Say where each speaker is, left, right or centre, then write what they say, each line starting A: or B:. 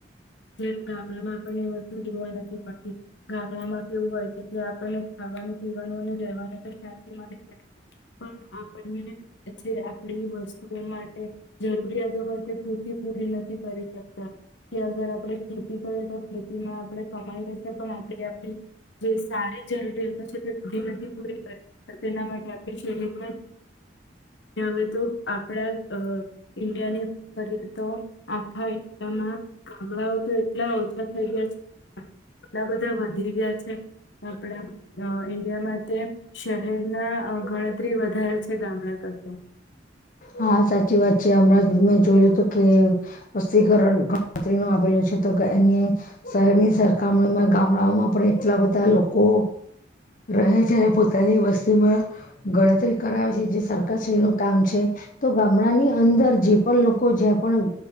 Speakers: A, on the left; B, on the left.
A: છે ગામડામાં આપણને વસ્તુ જોવા નથી મળતી ગામડામાં કેવું હોય છે કે આપણને ખાવાનું પીવાનું અને રહેવાનું તો શાંતિ મળી જાય છે પણ આપણને જે આપડી વસ્તુઓ માટે જરૂરિયાતો હોય તે પૂરતી પૂરી નથી કરી શકતા કે અગર આપણે ખેતી કરીએ તો ખેતીમાં આપણે કમાઈ છે પણ આપણે આપણી જે સારી જરૂરિયાતો છે તે ઘણી બધી પૂરી કરી તેના માટે આપણે શહેરમાં જ હવે તો આપણા અ ઈન્ડિયાની વાત કરીએ તો આખા ઇન્ડીયા માં ગામડાઓ તો એટલા ઓછા થઈ ગયા છે એટલા બધા વધી ગયા છે આપણા અ ઈન્ડિયામાં તે શહેરના અ ગણતરી વધારે છે ગામડા કરતા
B: હા સાચી વાત છે હમણાં જ મેં જોયલું હતું કે વસ્તીકરણ ગણતરીનું આવેલું છે તો એની શહેરની સરખામણીમાં ગામડાઓમાં પણ એટલા બધા લોકો રહે છે પોતાની વસ્તીમાં ગણતરી કરાવે છે જે સરકારશ્રીનું કામ છે. તો ગામડાની અંદર જે પણ લોકો જ્યાં પણ